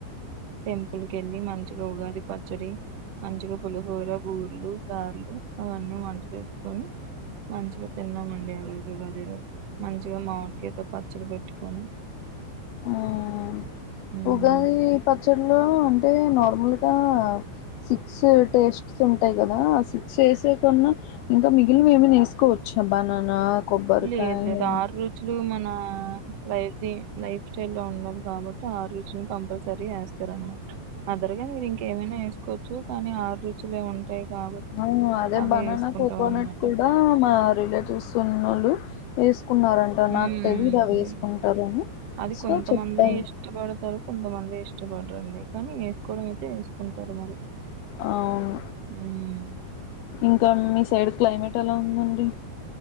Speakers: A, on the right (about 60°); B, on the left (about 80°).
A: టెంపుల్ కెళ్ళి మంచిగా ఉగాది పచ్చడి మంచిగ పులిహోర బూర్లు గార్లు అవన్నీ వంట చేస్కోని మంచిగా తిన్నామండి ఆరోజు ఉగాది రోజు మంచిగా మామిడికాయతొ పచ్చడి పెట్టుకొని
B: హ్మ్
A: ఉమ్,
B: ఉగాది ప లో అంటే నార్మల్గా సిక్స్ టేస్ట్స్ ఉంటాయి కదా ఆ సిక్స్ వేసేకన్న ఇంకా మిగిలినావి ఎవన వేసుకోవచ్చు చ్ బననా కొబ్బరి
A: లేదు
B: కాయి
A: లేదు ఆరు రుచులు మన లైఫ్ ది లైఫ్ స్టైల్ లో ఉండం కాబట్టి ఆరురుచులు కంపల్సరీ వేస్తారనమాట ఆదరగా మీరు ఇంకేమైనా వేసుకోవచ్చు కానీ ఆరు రుచులే ఉంటాయి కాబట్టి
B: అవును అదే
A: అవే
B: బననా
A: వేసుకుంటాం
B: కోకోనట్
A: అన్నమాట
B: కూడా మా రిలేటివ్స్ ఉనోళ్ళు వేస్కున్నారంట నాకు
A: ఉమ్.
B: తెలీదు అవి వేసుకుంటారని
A: అది
B: సో
A: కొంతమంది
B: చెప్పాను
A: ఇష్టపడతారు కొంతమంది ఇష్టపడరండి కానీ వేసుకోవడం అయితే వేస్ కుంటరు మరి
B: అవును
A: హ్మ్.
B: ఇంకా మీ సైడ్ క్లైమేట్ ఎలా ఉందండి